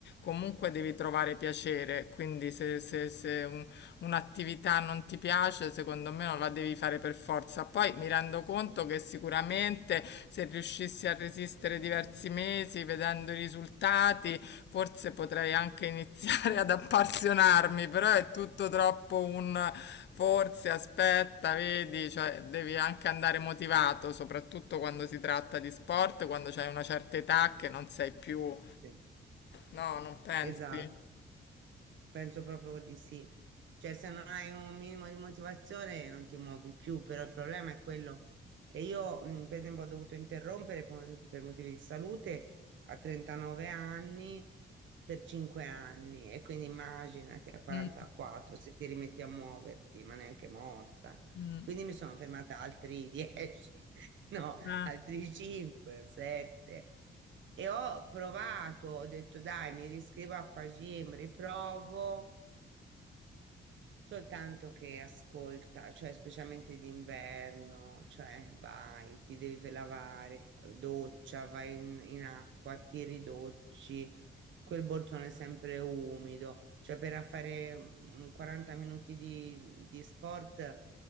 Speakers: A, on the left; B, on the right.
A: Comunque devi trovare piacere, quindi se, se- se un- un'attività non ti piace, secondo me non la devi fare per forza. Poi mi rendo conto che sicuramente Sicuramente se riuscissi a resistere diversi mesi vedendo i risultati, forse potrei anche iniziare ad appassionarmi, però è tutto troppo un forse, aspetta, vedi, cioè devi anche andare motivato, soprattutto quando si tratta di sport, quando c'hai una certa età che non sei più,
B: sì,
A: no, non pensi?
B: esatto. Penso proprio di sì. Cioè, se non hai un minimo di motivazione non ti muovi più, però il problema è quello che io, mh, per esempio, ho dovuto interrompere po- per motivi di salute a 39 anni per 5 anni e quindi immaginati a 44
A: Mm,
B: se ti rimetti a muoverti, ma neanche morta.
A: mm,
B: Quindi mi sono fermata altri 10, <laughs> no,
A: eh.
B: altri 5, 7. E ho provato, ho detto dai, mi riscrivo a Quagim, riprovo, Soltanto che ascolta, cioè specialmente d'inverno, cioè vai, ti devi lavare, doccia, vai in, in acqua, ti ridocci, quel borsone è sempre umido, cioè per fare mm, 40 minuti di, di sport